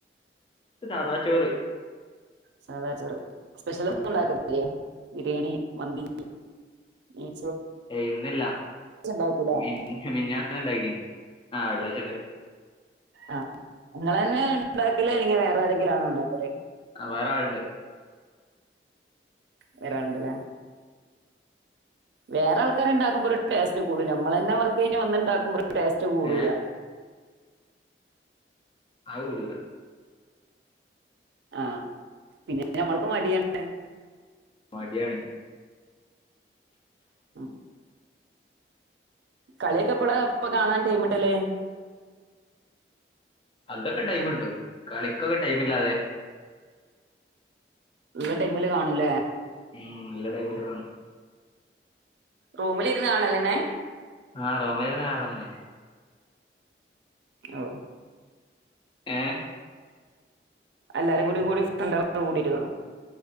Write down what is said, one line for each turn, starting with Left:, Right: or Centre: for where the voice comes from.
Left: സാദാ ചോറ്
Right: സാദാ ചോറ് സ്പെഷ്യൽ ഒന്നും
Left: ഉം
Right: ഉണ്ടാക്കുന്നല്ലേ ബിരിയാണി, മന്തി ഉമ്
Left: ഏ ഇന്നില്ല
Right: ഉണ്ടാക്കൂല
Left: മി മിഞ്ഞാന്ന് ഇണ്ടാക്കിനി ആഹ് വെള്ളാഴ്ച ഇണ്ടാ
Right: ആഹ ഇങ്ങളെന്നെ ഉണ്ടാക്കല ഇല്ലെങ്കിൽ വേറെ ആരെങ്കിലും ആണോ ഇണ്ടാക്കല്
Left: ആഹ് വേറെ ആളണ്ട്
Right: വേറാളുണ്ട് ല്ലേ വേറെ ആൾക്കാരുണ്ടാക്കുമ്പോ ഒരു ടസ്റ്റ് കൂടും നമ്മളന്നെ വർക്ക് കഴിഞ്ഞ വന്നിണ്ടാക്കുമ്പോ ടേസ്റ്റ് കൂടൂല
Left: ഏഹ് അ കുടൂല
Right: ആഹ പിന്നെ ഞമ്മൾക്ക് മടിയാണ്
Left: മടിയാണ്
Right: ഉമ് കളിയൊക്കെ എപ്പള കാണാൻ ടൈമിട്ടല്
Left: അതൊക്കെ ടൈം കിട്ടും കളിക്കൊക്കെ ടൈമില്ലാതെ
Right: ഉള്ള ടൈമില് കാണൂലേ
Left: ഉം ഇല്ല ടൈമില്ല് കാണും
Right: റൂമിലിരുന്ന് കാണല്ലന്നെ
Left: ആ റൂമിലിരുന്ന് കാണല
Right: ഓ
Left: ഏ
Right: എല്ലാരും കൂടി കൂടി ഫ്രണ്ടടെ കൂടിരിക്കണു